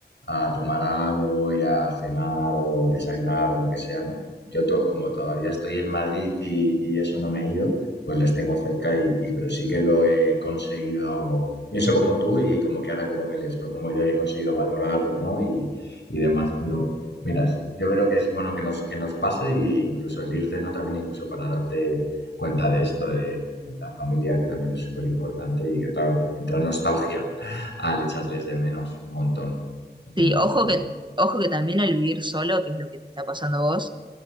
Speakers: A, on the left (about 90°); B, on the right (about 25°).
A: a tomar algo y a cenar o desayunar o lo que sea, ¿no? Yo to- como todavía estoy en Madrid y, y eso no me he ido, pues les tengo cerca y, y- pero sí que lo he conseguido, pienso como tú y como que ahora como que les propongo yo y he conseguido valorarlo, ¿no? Y, y demás, pero... Miras, yo creo que es bueno que nos, que nos pase e incluso el irte, ¿no? También incluso para darte cuenta de esto, de, de la familia, que también es súper importante y que, claro, entra nostalgia al echarles de menos un montón, un
B: Sí,
A: montón,
B: ojo
A: un montón.
B: que, ojo que también al vivir solo, que es lo que te está pasando a vos,